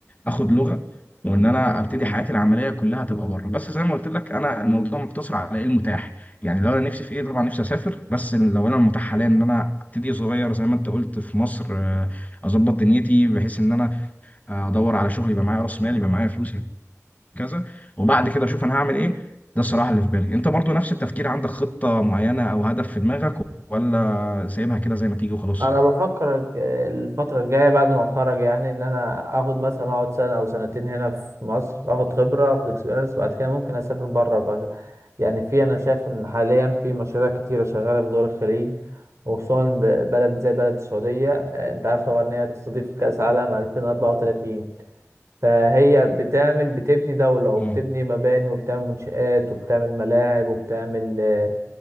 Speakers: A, on the left; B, on the right.
A: اخد لغه وان انا ابتدي حياتي العمليه كلها تبقى بره بس زي ما قلت لك انا الموضوع مقتصر على ايه المتاح يعني لو انا نفسي في ايه طبعا نفسي اسافر بس لو انا المتاح حاليا ان انا ابتدي صغير زي ما انت قلت في مصر آه، اظبط دنيتي بحيث ان انا آه، ادور على شغل يبقى معايا راس مال يبقى معايا فلوس كذا وبعد كده اشوف انا هعمل ايه ده الصراحه اللي في بالي انت برضو نفس التفكير عندك خطه معينه او هدف في دماغك ولا سايبها كده زي ما تيجي وخلاص
B: انا بفكر الج- الفتره الجايه بعد ما اتخرج يعني ان انا اخد مثلا اقعد سنه او سنتين هنا في مصر اخد خبره اخد اكسبيرينس بعد كده ممكن اسافر بره بقى يعني في انا شايف ان حاليا في مشاريع كتيره شغاله في دول الخليج وخصوصا ب- بلد زي بلد السعوديه آه، انت عارف طبعا ان هي تستضيف كاس عالم 2034 فهي بتعمل بتبني دوله وبتبني
A: مم.
B: مباني وبتعمل منشآت وبتعمل ملاعب وبتعمل آه،